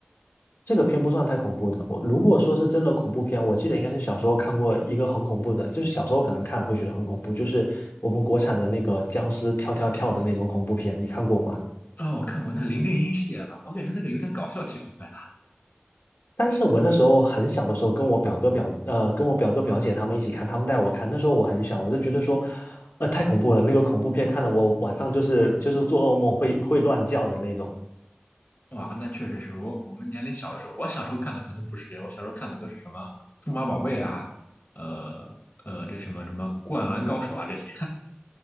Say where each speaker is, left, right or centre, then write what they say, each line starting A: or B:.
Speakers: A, on the left; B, on the left.
A: 这个片不算太恐怖的，我如果说是真的恐怖片，我记得应该是小时候看过一个很恐怖的，就是小时候可能看会觉得很恐怖，就是我们国产的那个僵尸跳跳跳的那种恐怖片，你看过吗？
B: 哦，我看过那林正英系列吧，我感觉那个有点搞笑气氛在
A: 但是我那时候很小的时候，跟我表哥表呃，跟我表哥表姐他们一起看，他们带我看。那时候我很小，我就觉得说，呃，太恐怖了，那个恐怖片看的我晚上就是就是做噩梦会会乱叫的那种。
B: 那。哇，那确实是我我们年龄小的时候，我小时候看的可能不是这样，我小时候看的都是什么数码宝贝啊，呃呃，这什么什么灌篮高手啊这些。